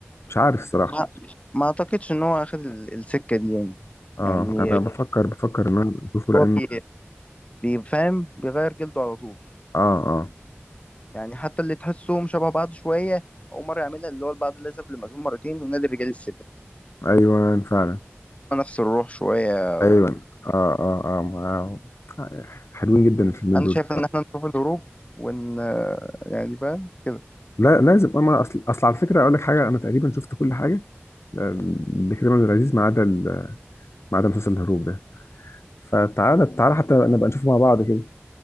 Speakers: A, on the left; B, on the left.
A: مش عارف الصراحه
B: ما ما اعتقدش ان هو اخد ال- السكه دي يعني يعني
A: اه انا بفكر بفكر ان انا اشوفه لان
B: هو بي- بيفهم بيغير جلده على طول
A: اه اه
B: يعني حتى اللي تحسهم شبه بعض شوية أول مرة يعملها اللي هو البعض الأذهب للمأذون مرتين ونادي الرجال السلبي
A: ايوه فعلا
B: نفس الروح شوية
A: ايوه اه اه اه ما- حلوين جدا الفيلمين
B: أنا
A: دول
B: شايف إن إحنا نشوف الهروب ون يعني فاهم كده
A: لا لازم اما اصل اصل على فكره اقول لك حاجه انا تقريبا شفت كل حاجه آه، لكريم عبد العزيز ما عدا ال- ما عدا مسلسل الهروب ده فتعالى تعالى حتى نبقى نشوفه مع بعض كده